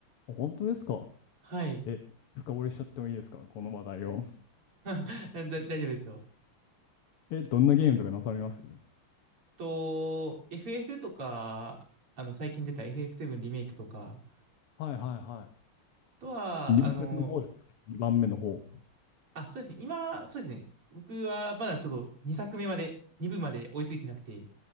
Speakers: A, on the left; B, on the right.
A: あ本当ですか
B: はい。
A: え、深掘りしちゃってもいいですかこの話題を。
B: <laughs> だ、大丈夫ですよ。
A: え、どんなゲームとかなされます
B: と、FF とか、あの、最近出た FF7 リメイクとか、
A: はいはいは
B: あとは、
A: い。入作の方ですよね。
B: あの、
A: 2番目の方。
B: あ、そうですね。今、そうですね。僕はまだちょっと2作目まで、2部まで追いついてなくて、